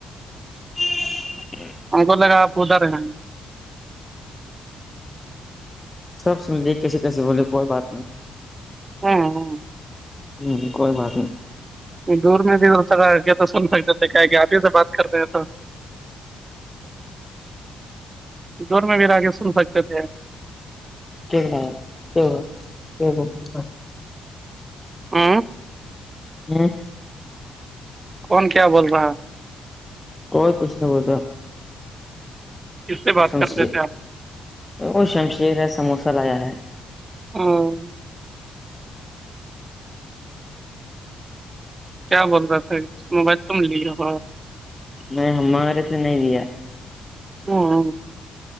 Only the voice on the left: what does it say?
س
سب سن لیجے کیسے کیسے بولے کوئی بات نہیں
ہوں کوئی بات نہیں
کیا ہوا کیا ہوا
ہاں
کوئی کچھ نہیں بول رہا ہے
سب
ٹھیک
ہے
وہ شمشیر ہے سموسہ لایا ہے
نہیں ہمارے سے نہیں لیا